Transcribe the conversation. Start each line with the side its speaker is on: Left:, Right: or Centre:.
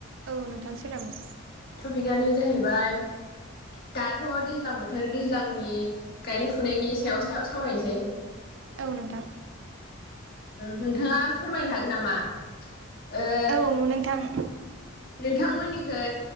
Right: औ नोंथां सोलाबो।
Left: टपिकआनो जाहैबाय दाथ' दैज्लां बोथोर दैज्लांनि गायनाय फुनायनि सायाव साव सावरायनोसै।
Right: औ नोंथां।
Left: नोंथाङा फोरमायनो हागोन नामा ओ
Right: औ नोंथां।
Left: नोंथांमोननिखै